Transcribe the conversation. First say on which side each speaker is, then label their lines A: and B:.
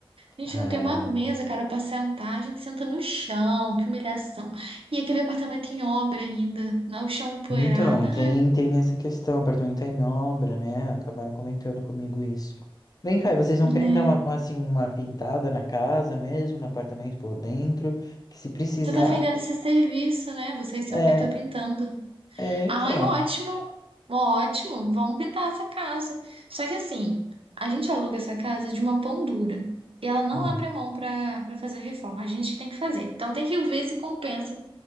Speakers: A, on the right (about 70°); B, on the left (about 40°).
A: A gente
B: É,
A: não tem uma mesa, cara, pra sentar. A gente senta no chão, que humilhação. E aquele apartamento em obra ainda, lá o chão empoeirado.
B: Então,
A: Ah,
B: tem, tem essa questão, o apartamento tá em obra, né? Acabaram comentando comigo isso. Vem cá, e vocês não querem
A: né?
B: dar uma, assim, uma pintada na casa mesmo, no apartamento por dentro? Que se precisar.
A: Você tá vendendo esse serviço, né? Você e seu
B: É,
A: pai estão pintando.
B: é então.
A: Ai, ótimo, ótimo, vamos pintar essa casa. Só que assim, a gente aluga essa casa de uma pão dura e ela não
B: Hum,
A: abre a mão para para fazer reforma, a gente que tem que fazer. Então tem que ver se compensa